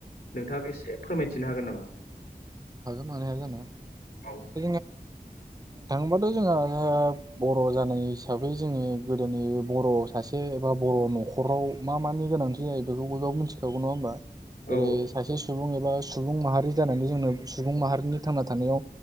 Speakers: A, on the left; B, on the right.
A: नोंथाङाबो एसे फोरमायथिनो हागोन नामा?
B: हागोन मानो हाया जानो <inaudible>
A: औ
B: थाङोबाथ' जोंहा बर' जानाय हिसाबै जोङो गोदोनि बर' सासे एबा बर' न'खराव मा मानि गोनांथि जायो बेखौ बयबाब मिथिखागौ नङा होमबा। जेरै
A: औ
B: सासे सुबुं एबा सुबुं माहारि जानानै जोंनो सुबुं माहारिनि थांना थानायाव